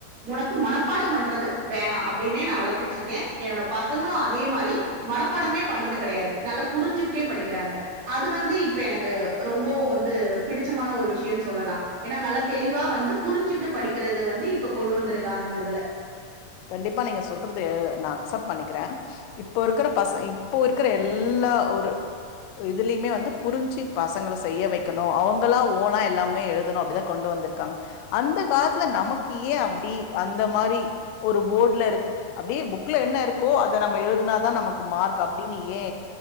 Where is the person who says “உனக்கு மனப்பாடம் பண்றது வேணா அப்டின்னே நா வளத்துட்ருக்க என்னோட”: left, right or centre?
Right